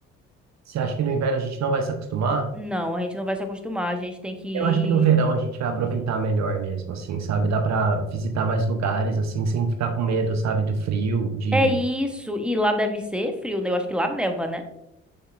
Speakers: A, on the right (about 45°); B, in the centre.
A: Você acha que no inverno a gente não vai se acostumar?
B: Não, a gente não vai se acostumar, a gente tem que ir-
A: Eu acho que no verão a gente vai
B: Começou.
A: aproveitar melhor mesmo, assim, sabe? Dá pra visitar mais lugares, assim, sem ficar com medo, sabe? Do frio, de...
B: É isso, e lá deve ser frio, né? Eu acho que lá neva, né?